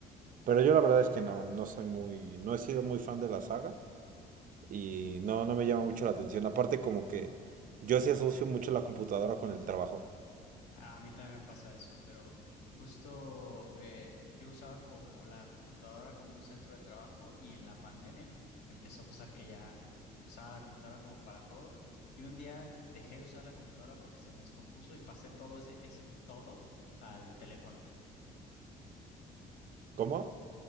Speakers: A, on the right; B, on the left.
A: Pero yo la verdad es que no, no soy muy, no he sido muy fan de la saga y no, no me llama mucho la atención. Aparte como que yo sí asocio mucho la computadora con el trabajo.
B: A mí también me pasa eso, pero justo eh, yo usaba como la computadora como un centro de trabajo y en la pandemia empezó a pasar que ya usaba la computadora como para todo y un día dejé de usar la computadora porque se me descompuso y pasé todo ese, ese todo al teléfono.
A: ¿Cómo?